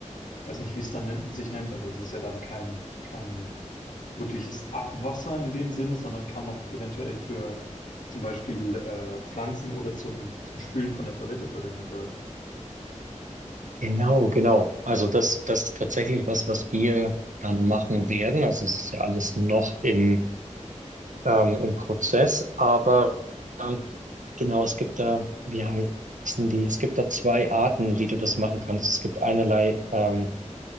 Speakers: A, on the left; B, on the right.
A: ich weiß nicht, wie es dann nen- sich nennt, aber es ist ja dann kein, kein wirkliches Abwasser in dem Sinne, sondern kann noch eventuell für zum Beispiel äh, Pflanzen oder zum, zum Spülen von der Toilette verwendet werden.
B: Genau, genau. Also das, das ist tatsächlich was, was wir dann machen werden. Also es ist ja alles noch im ähm, im Prozess. Aber ähm, genau, es gibt da, wie heißen die? Es gibt da zwei Arten, wie du das machen kannst. Es gibt einerlei ähm,